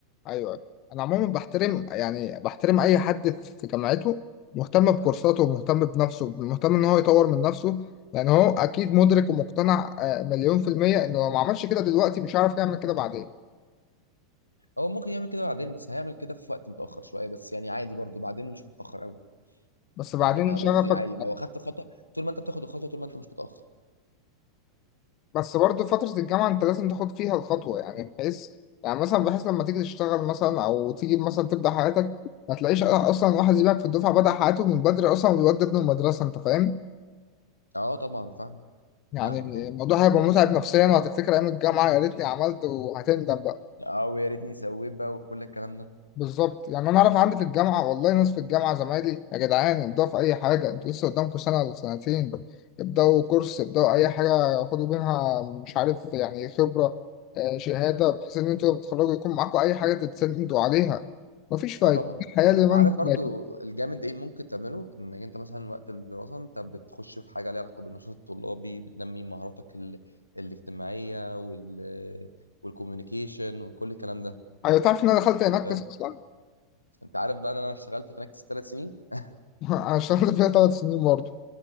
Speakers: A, on the left; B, on the left.
A: ايوه انا عموما بحترم يعني بحترم اي حد في جامعته مهتم بكورساته ومهتم بنفسه مهتم ان هو يطور من نفسه لان هو اكيد مدرك ومقتنع آه، مليون في المية انه لو ما عملش كده دلوقتي مش هيعرف يعمل كده بعدين
B: هو ممكن يعمل كده بعدين بس هيعمل كده في وقت متأخر شوية بس يعني عادي برضو بعدين مش متأخر قوي
A: بس بعدين
B: يعني فاهم
A: شغفك
B: قصدي عادي لو اخدت الخطوة طول ما انت بتاخد الخطوة طول ما انت مش متأخر
A: بس برضه فترة الجامعة انت لازم تاخد فيها الخطوة يعني بحيث يعني مثلا بحيث لما تيجي تشتغل مثلا او تيجي مثلا تبدأ حياتك ما تلاقيش اصلا واحد زيك في الدفعة بدأ حياته من بدري اصلا وبيودي ابنه المدرسة انت فاهم؟
B: اه طبعا فاهم
A: يعني
B: فاهمك
A: الموضوع
B: طبعا
A: هيبقى متعب نفسيا وهتفتكر ايام الجامعه يا ريتني عملت وهتندم بقى
B: اه ويا ريتني سويت بقى وكل الكلام ده
A: بالظبط يعني انا اعرف عندي في الجامعه والله ناس في الجامعه زمايلي يا جدعان ابداوا في اي حاجه انتوا لسه قدامكم سنه ولا سنتين ابداوا كورس ابداوا اي حاجه خدوا منها مش عارف يعني خبره آه، شهاده بحيث ان انتوا لما تتخرجوا يكون معاكم اي حاجه تتسندوا عليها مفيش فايده
B: اه طبعا
A: الحياه اللي ما
B: عارف
A: انت
B: برضو الجامد ايه ممكن تعمله انك انت مثلا وقت الدراسه انت بتخش في حاجه ليها علاقه بالنشاط الطلابي بتنمي مهاراتك ال... الاجتماعيه وال والكوميونيكيشن وكل الكلام ده
A: ايوه تعرف ان انا دخلت هناك
B: فاهم؟
A: اصلا
B: انت عارف بقى إن انا اشتغلت في نكتس ثلاث سنين <laughs>
A: <laughs> انا اشتغلت فيها ثلاث سنين برضه